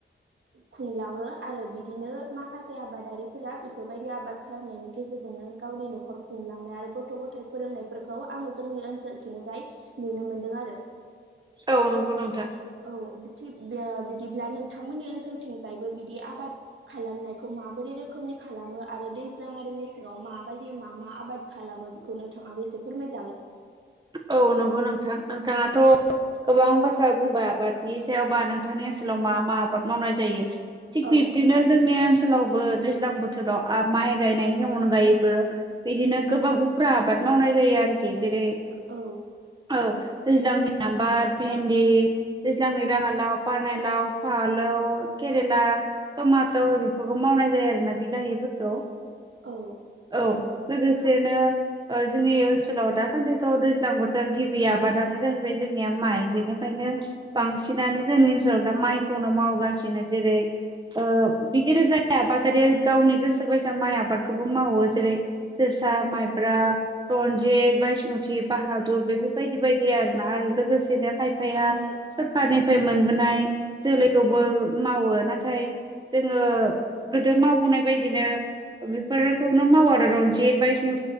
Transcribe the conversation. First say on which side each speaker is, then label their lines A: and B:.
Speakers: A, on the right; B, on the right.
A: खुंलाङो आरो बिदिनो माखासे आबादारिफोरा बेबायायदि आबाद खालामनायनि गेजेरजोंनो गावनि न'खर खुंलांनाय आरो गथ' गथायाइ फोरोंनायफोरखौ आङो जोंनि ओनसोलथिंजाय नुनो मोनदों आरो
B: औ नंगौ नोंथां
A: औ थि बे बिदिब्ला नोंथांमोननि ओनसोलथिंजायबो बिदि आबाद खालामनायखौ माबोरै रोखोमनि खालामो आरो दैज्लां आरो मेसेङाव माबायदि मा मा आबाद खालामो बेखौ नोंथाङा बेसे फोरमायजागोन
B: औ नंगौ नोंथां नोंथाङाथ' गोबां बाथ्रा बुंबाय आबादनि सायावबा नोंथांनि ओनसोलाव मा मा आबाद मावनाय जायो। थिग
A: औ
B: बिब्दिनो जोंनि ओनसोलावबो दैज्लां बोथोराव माइ गायनायनि अनगायैबो बिदिनो गोबां उफ्रा आबाद मावनाय जायो आरोखि जेरै
A: औ।
B: औ दैज्लांनि आबाद भेन्दि दैज्लांनि राङा लाव पनेलाव फानलौ केरेला टमट' बेफोरखौ मावनाय जायो आरोना बिलाहिफोरखौ
A: औ
B: औ लोगोसेनो जोंनि ओनसोलाव दासान्दि औ दैज्लां बोथोर गिबि आबादानो जाहैबाय जोंनिया माइ बेनिखायनो बांसिनानो जोंनि स दा माइखौनो मावगासिनो जेरै ओ बिदिनो जाय आबादारि गावनि गोसो बायसा माइ आबादखौबो मावो जेरै जोसा
A: औ
B: माइब्रा रनजित बायषथि बाहादुर बेफोरबायदि बायदि आरोना आरो लोगोसेनो खाय फाया
A: औ
B: सरखारनिफ्राय मोनबोनाय जोलैखौबो मावो नाथाय जोङो गोदो मावबोनाय बायदिनो बेफोरखौनो मावो आरो रनजित बायसं